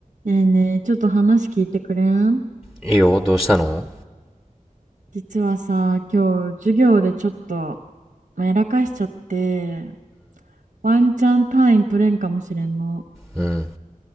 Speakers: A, on the right; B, in the centre.
A: ねえねえ、ちょっと話聞いてくれん
B: いいよ、どうしたの
A: 実はさ、今日授業でちょっと、まあ、やらかしちゃって、ワンチャン単位取れんかもしれんの。
B: うん。